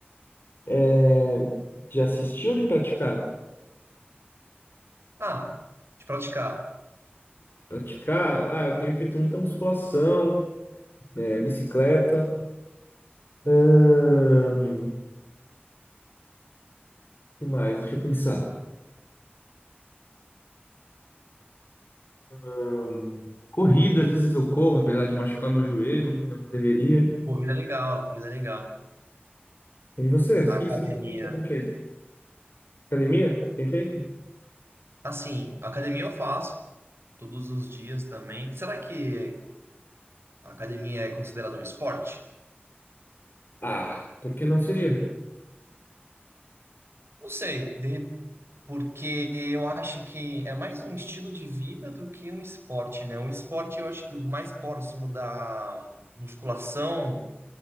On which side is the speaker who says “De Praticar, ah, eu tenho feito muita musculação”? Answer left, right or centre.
Left